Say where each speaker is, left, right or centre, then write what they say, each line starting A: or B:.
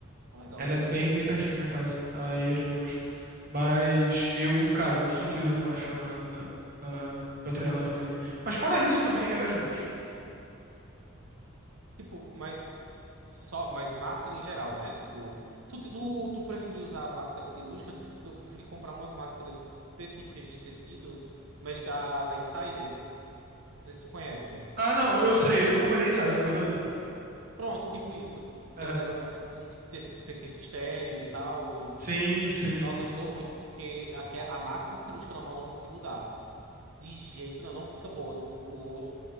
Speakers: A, on the right (about 80°); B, on the right (about 40°).
A: Ah, legal.
B: Ela é bem, bem pertinho da minha casa. Aí é de boas. Mas eu, cara, eu sofri usando máscara na, na, na- pra treinar na pandemia. Mas fora isso também era de boas.
A: Tipo, mas... Só, mas máscara em geral, né? Tipo, tu, te- tu, tu preferiu usar máscara cirúrgica? Eu, tive, eu preferi comprar umas máscaras específicas de tecido, mas da, da Insider. Não sei se tu conhece.
B: Ah, não, eu sei, eu não comprei da Insider, eu comprei da Lupo.
A: Pronto, tipo isso. Que
B: É,
A: elas eram, tinham um tipo de tecido específico estéreo e tal. E,
B: sim, sim,
A: nossa, ajudou muito, porque a, que- a máscara cirúrgica normal eu não consigo usar. De jeito não, não fica boa no, cu- no rosto.